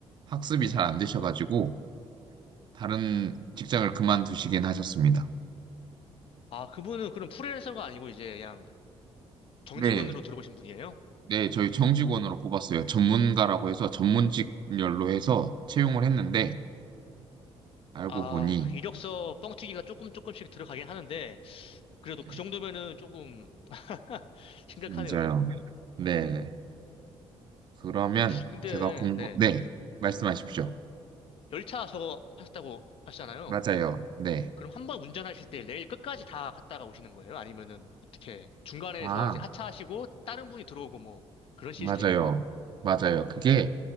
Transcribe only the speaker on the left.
아, 그분은 그럼 프리랜서가 아니고 이제 그냥 정직원으로
들어오신 분이에요?
아,
이력서 뻥튀기가 조금 조금씩 들어가긴 하는데 그래도
그 정도면은 조금 <laughs> 심각하네요,
좀.
근데
네.
열차 저거 하셨다고 하시잖아요.
그럼 한 번 운전하실 때 레일 끝까지 다 갔다가 오시는 거예요? 아니면은 어떻게 중간에서
이제 하차하시고 다른 분이 들어오고 뭐 그런 시스템이에요?